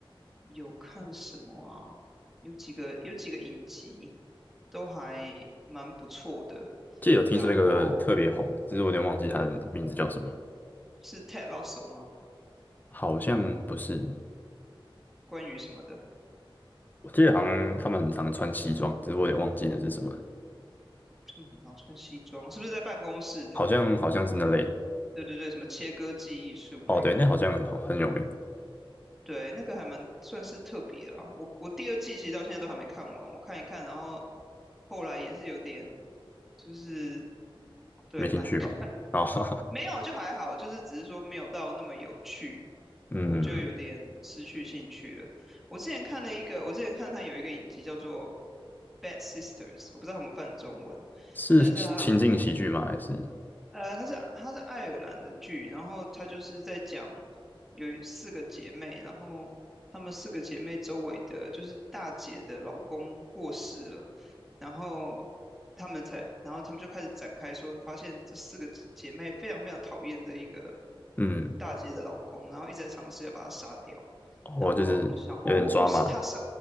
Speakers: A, in the centre; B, on the left.
A: 有看什么啊？有几个有几个影集都还蛮不错的。
B: 记得有听说一个特别红的，
A: 然后，
B: 只是我有点忘记他的名字叫什么，
A: 嗯，是 Ted Lasso 吗？
B: 好像不是，
A: 关于什么的？
B: 我记得好像他们很常穿西装，只是我有点忘记那是什么。
A: 他们很常穿西装，是不是在办公室的？
B: 好像好像是那类的。
A: 对对对，什么切割记忆术那个？
B: 哦，对，那好像很很有名，
A: 对，那个还蛮算是特别啦。我我第二季其实到现在都还没看完，我看一看，然后后来也是有点，就是对懒得看，
B: 没兴趣吧？
A: <laughs>
B: 然后，
A: 没有就还好，就是只是说没有到那么有趣，
B: <laughs> 嗯，
A: 我就有点失去兴趣了。我之前看了一个，我之前看它有一个影集叫做《Bad Sisters》，我不知道他们翻中文，
B: 是情境喜剧吗？
A: 但是它
B: 还是
A: 呃，它是它是爱尔兰的剧，然后它就是在讲有四个姐妹，然后她们四个姐妹周围的，就是大姐的老公过世了，然后她们才，然后她们就开始展开说，发现这四个姐妹非常非常讨厌这一个
B: 嗯，
A: 大姐的老公，然后一直在尝试要把她杀掉，
B: 哦，
A: 然后她们就想，
B: 就是有点抓马的
A: 哦哦，是她杀，